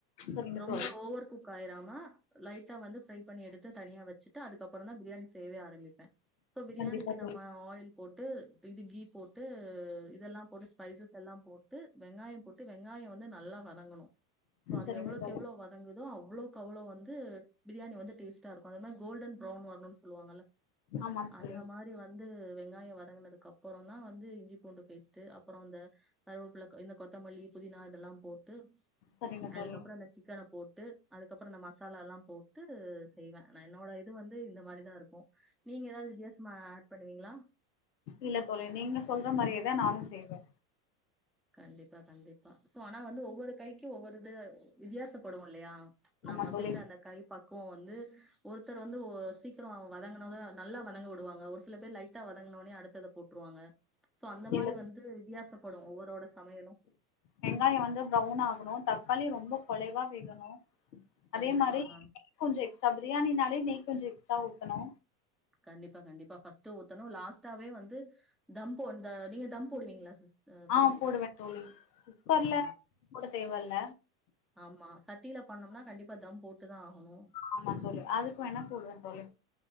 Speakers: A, on the left (about 75°); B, in the centre.
A: சரிங்க தோழி சரிங்க
B: ரொம்ப
A: தோழி
B: ஓவர் குக் ஆயிராமா லைட்டா வந்து ஃப்ரை பண்ணி எடுத்து தனியா வச்சுட்டு அதுக்கப்புரோ தா பிரியாணி செய்யவே ஆரம்பிப்பே இப்ப பிரியாணிக்கு
A: கண்டிப்பா
B: நம்ம
A: தோழி
B: ஆயில் போட்டு இது கீ போட்டு இதெல்லா போட்டு ஸ்பைசஸ் எல்லா போட்டு வெங்காயோ போட்டு வெங்காய வந்து நல்லா வதங்கணு அது
A: சரிங்க
B: எவ்ளோக்கு
A: தோழி
B: எவ்ளோ வத வதங்குதோ அவ்ளோக்கு அவ்ளோ வந்து பிரியாணி வந்து டேஸ்டா இருக்கு அத மாரி கோல்டன் ப்ரோவ்ன் வரணுன்னு சொல்லுவாங்கள
A: ஆமா
B: அந்த
A: தோழி
B: மாரி வந்து வந்து வெங்காய வதங்குனதுக்கு அப்பரோ தா வந்து இஞ்சி பூண்டு பேஸ்ட் அப்ரோ அந்த கருவேப்பிள்ள இந்த கொத்தமல்லி புதினா இதெல்லா போட்டு
A: சரிங்க
B: அதுக்கப்ரோ
A: தோழி
B: இந்த சிக்கன போட்டு அதுக்கப்ரோ இந்த மசாலால்லா போட்டு செய்வே நா என்னோட இது வந்து இந்த மாரிதா இருக்கு நீங்க ஏதாது வித்தியாசமா ஆட் பண்ணுவீங்களா
A: இல்ல தோழி நீங்க சொல்ற மாரியேதா நானு செய்வே
B: கண்டிப்பா கண்டிப்பா சோ ஆனா வந்து ஒவ்வொரு கைக்கு ஒவ்வொரு இது வித்தியாசப்படு இல்லையா நம்ம
A: ஆமா தோழி
B: செய்யற அந்த கை பக் குவோ வந்து ஒருத்தர் வந்து ஒ சீக்கிரொ வதங்கனது நல்லா வதங்க விடுவாங்க ஒரு சில பேர் லைட்டா வதங்னவுனே அடுத்தத போட்டுருவாங்க சோ அந்த மாரி
A: இல்ல
B: வந்து வித்தியாசப்படு ஒவ்வொரு <unintelligible> சமையலு
A: வெங்காயம் வந்து பிரொவ்ன் ஆகணு தக்காளி ரொம்ப குலைவா வேகணு அதே
B: கண்டிப்பா.
A: மாரி் நெய்
B: ஆ
A: கொஞ்செர எக்ஸ்ட்ரா பிரியாணினாலே நெய் கொஞ்ச எக்ஸ்ட்ரா ஊத்தணு
B: கண்டிப்பா கண்டிப்பா ஃபஸ்ட் ஊத்தணு லாஸ்ட்டாவே வந்து தம்போ இந்த நீங்க தம் போடுவீங்களா சிஸ் அ தோழி?
A: ஆ போடுவே தோழி குக்கர்ல
B: ஆ
A: போட தேவல்ல
B: ஆமா சட்டியில பண்ணோம்னா கண்டிப்பா தம் போட்டு தான ஆகணு
A: ஆமா அதுக்கு வேன்னா போடுவே தோழி